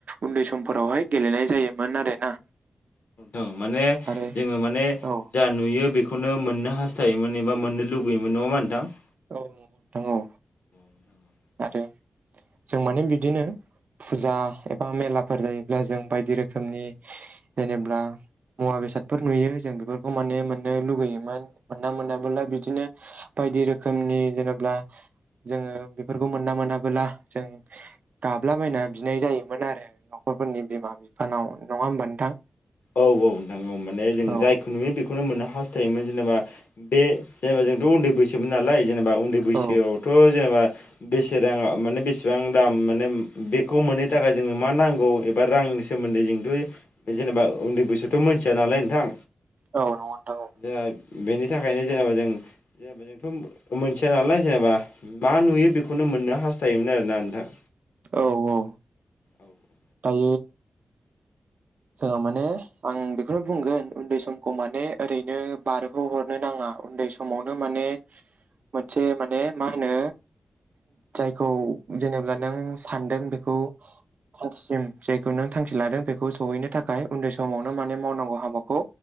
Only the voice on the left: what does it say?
औ माने
जोङो माने
जा नुयो बे खौनो मोननो हास्थायोमोन एबा मोननो लुगैयोमोन नङा होमबा नोंथां?
नोंथां औ
औ औ नोंथां औ माने जों
जायखौ नुयो बे खौनो मोननो हास्थायोमोन जेनेबा बे जेनेबा जोंथ' उन्दै बैसोमोन नालाय जेनेबा उन्दै बैसोआवथ'
जेनेबा बेसे राङा माने बेसेबां दाम माने बेखौ मोनै थाखाय जोंनो मा नांगौ एबा रां नि सोमोन्दै जिंथ' जेनेबा उन्दै बैसोथ' मोनथिया नालाय नोंथां।
जोंहा बेनि थाखायनो जेनेबा जों जेनेबा जोंथ' मोनथिया नालाय जेनेबा मा नुयो बेखौनो मोननो हास्थायोमोन आरोना नोंथां।
औ औ <inaudible>